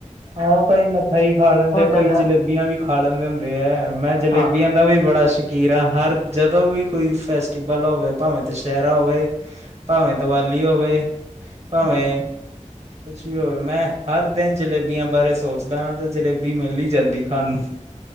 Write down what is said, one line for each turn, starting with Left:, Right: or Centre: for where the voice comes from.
Right: ਹਾਂ ਕਈ ਮਠਾਈ ਖਾ ਲੈਦੇ,
Left: ਜਾਂਦਾ
Right: ਕਈ ਜਲੇਬੀਆਂ ਵੀ ਖਾ ਲੈਦੇ ਹੁਦੇ ਹੈ, ਮੈ ਜਲੇਬੀਆਂ
Left: ਹਾਂ
Right: ਦਾ ਵੀ ਬੜਾ ਕੀਰਾਂ ਹਰ, ਜਦੋ ਵੀ ਕੋਈ ਫੈਸਟੀਵਲ ਹੋਵੇ ਭਾਵੇਂ ਦੁਸਹਿਰਾ ਹੋਵੇ, ਭਾਵੇ ਦੀਵਾਲ਼ੀ ਹੋਵੇ, ਭਾਵੇ
Left: ਹਮ
Right: ਕੁਛ ਵੀ ਹੋਵੇ, ਮੈਂ ਹਰ ਦਿਨ ਜਲੇਬੀ ਜਲੇਬੀਆਂ ਬਾਰੇ ਸੋਚਦਾ, ਤੇ ਜਲੇਬੀ ਮਿਲ ਹੀ ਜਾਂਦੀ ਖਾਣ ਨੂੰ